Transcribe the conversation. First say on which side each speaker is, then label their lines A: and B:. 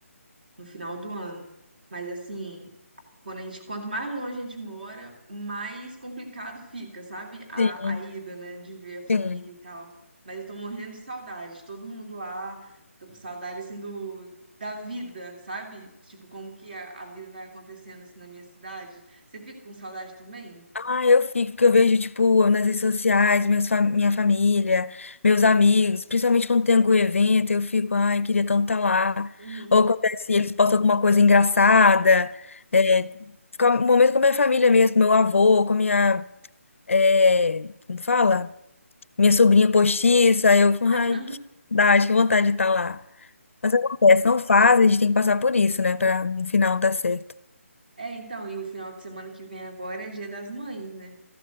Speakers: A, on the right; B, on the left.
A: no final do ano. Mas assim, quando a gente, quanto mais longe a gente mora, mais complicado fica, sabe? A,
B: Sim,
A: a ida, né? De ver a família
B: sim.
A: e tal. Mas eu tô morrendo de saudade, de todo mundo lá, tô com saudade assim do. Da vida, sabe? Tipo, como que a, a vida vai acontecendo assim na minha cidade. Você fica com saudade também?
B: Ah, eu fico, porque eu vejo, tipo, nas redes sociais, minhas fa- minha família, meus amigos, principalmente quando tem algum evento, eu fico, ai, queria tanto estar lá.
A: Uhum.
B: Ou acontece, eles postam alguma coisa engraçada. É, fica um momento com a minha família mesmo, com meu avô, com minha, é, como fala? Minha sobrinha postiça, eu, <laughs>
A: <laughs>
B: ai, que saudade, que vontade de estar lá. Mas acontece, não faz, a gente tem que passar por isso, né, para no final dar certo.
A: É, então, e o final de semana que vem agora é Dia das Mães, né?